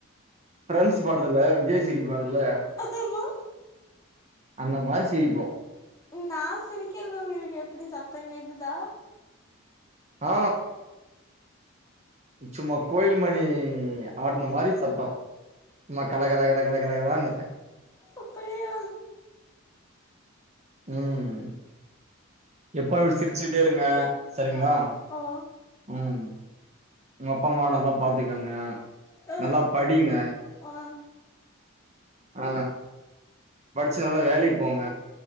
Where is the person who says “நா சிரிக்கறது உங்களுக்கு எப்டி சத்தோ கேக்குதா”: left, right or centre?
Left